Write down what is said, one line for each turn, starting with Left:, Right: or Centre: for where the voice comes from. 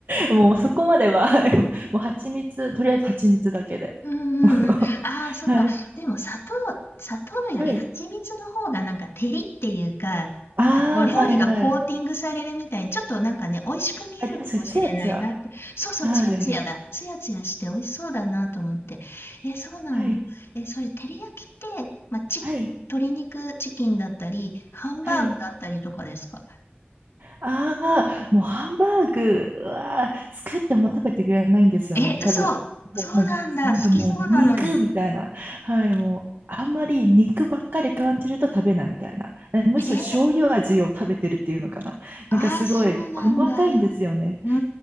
Right: もうそこまでは、はい <laughs> もう蜂蜜、とりあえず蜂蜜だけで。
Left: うんうんうん。
Right: <laughs>
Left: ああ、そっか。
Right: はい。
Left: でも砂糖、砂糖より蜂蜜の方がなんか照りっていうか、
Right: はい。
Left: なんかお料理がコーティングされるみたいに、
Right: ああ、はいはい。
Left: ちょっとなんかね、美味しく見えるかもしれないなって。
Right: あ、確かに、つやつや。
Left: そうそう、
Right: はい。
Left: つやつやだ。つやつやして美味しそうだなと思って。えーそうなんだ。
Right: はい。
Left: えーそれ、照り焼きって、まあ、ち、
Right: はい。
Left: 鶏肉チキンだったり、ハンバーグだったりとかですか
Right: はい。ああ、もうハンバーグは作っても食べてくれないんですよね、
Left: え嘘。
Right: 多分。もう、
Left: そうなんだ。
Right: もうなんかもう肉みたいな。
Left: 好きそうなのに。
Right: はい、もう、あんまり肉ばっかり感じると食べないみたいな。えむしろ醤油味を食べてるっていうのかな。
Left: えーああ、
Right: なんかすごい細かいんですよね。
Left: そうなんだ。うんう